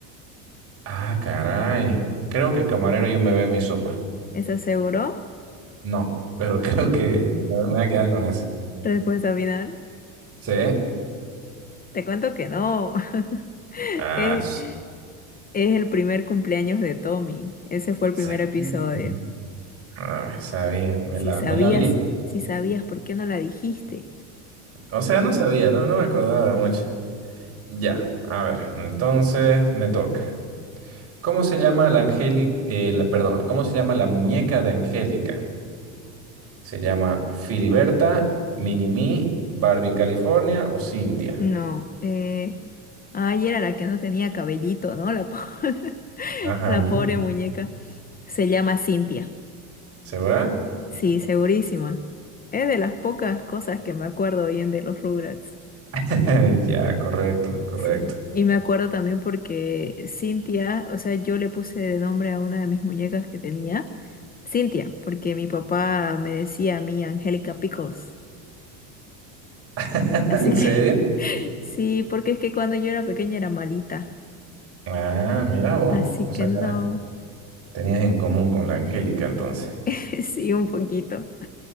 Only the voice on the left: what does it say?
¿Estás seguro?
Respuesta final.
Te cuento que no. <laughs>
Es,
es el primer cumpleaños de Tommy. Ese fue el
primer episodio.
Si
sabías,
si sabías, ¿por qué no la dijiste?
No, eh, ay, era la que no tenía cabellito, ¿no? La, po- <laughs>
la pobre muñeca. Se llama Cintia.
Sí, segurísima. Es de las pocas cosas que me acuerdo bien de los Rugrats.
Sí. Y me acuerdo también porque Cintia, o sea, yo le puse de nombre a una de mis muñecas que tenía, Cintia, porque mi papá me decía a mí Angélica Pickles.
Así
que
<laughs> sí, porque es que cuando yo era pequeña era malita.
Así
que
no.
<laughs> Sí, un poquito.